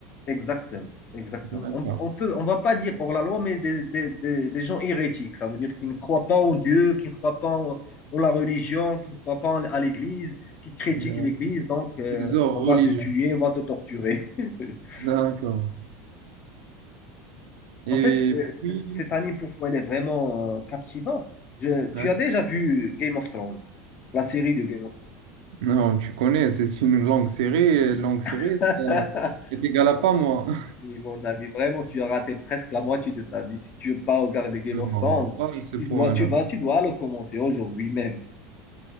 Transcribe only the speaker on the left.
Exactement, exactement.
On, on peut, on va pas dire hors la loi, mais des, des, des, des gens hérétiques. Ça veut dire qu'ils ne croient pas en Dieu, qu'ils ne croient pas en, en la religion, qu'ils ne croient pas en- à l'Église, qui critiquent
l'Église. Donc, euh,
on
va te tuer, on va te torturer. <laughs>
En fait, euh,
c- cette année, pourquoi elle est vraiment euh, captivante? Je- tu
as déjà vu Game of Thrones, la série de Game of Thrones.
<laughs>
Mon
ami, mon ami, vraiment, tu as raté presque la moitié de ta vie. Si tu veux pas regarder Game of
Thrones,
tu dois, tu vas, tu dois le commencer aujourd'hui même.